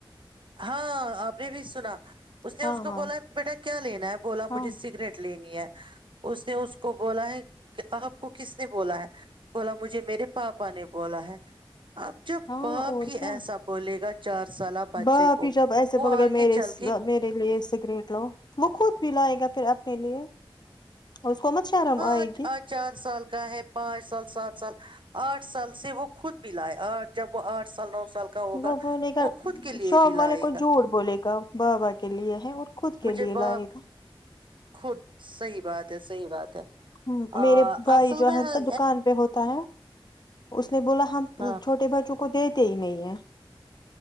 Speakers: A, on the right; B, on the left.
A: ہاں آپ نے بھی سنا اس نے
B: ہاں
A: اس کو
B: ہاں
A: بولا بیٹا کیا لینا ہے
B: ہاں
A: ج سگریٹ لینی ہے اس نے اس کو بولا ہے آپ کو کس نے بولا ہے بولا مجھے میرے پاپا نے بولا ہے اب جب
B: ہاں
A: باپ
B: اور
A: ہی
B: کیا
A: ایسا بولے گا چار سالہ بچے
B: باپ
A: کو
B: جب ایسے
A: وہ
B: بول
A: آگے
B: گئے میرے
A: چل کے
B: میرے لیے سگریٹ لا وہ خود بھی لائے گا پھر اپنے لیے اس کو مت شرم
A: ہاں
B: آئے گی
A: آج چار سال کا ہے پانچ سال سات سال آٹھ سال سے وہ خود بھی لائے آ جب وہ آٹھ سال نو سال کا ہوگا
B: وہ بولے گا
A: وہ خود کے لیے
B: شام
A: بھی لائے
B: والے کو
A: گا
B: جھوٹ بولے گا بابا کے لیے ہے اور خود کے
A: مجھے
B: لیے
A: ب
B: لائے گا
A: خود صحیح بات تو سحی بات ہے
B: ہ
A: آ،
B: میرے بھائی
A: اصل
B: جو
A: میں
B: ہے
A: ہاں
B: تو دکان پہ ہوتا ہے اس نے بولا ہم
A: ہاں
B: چھوٹے بچوں کو کو د تے ہی نہیں ہے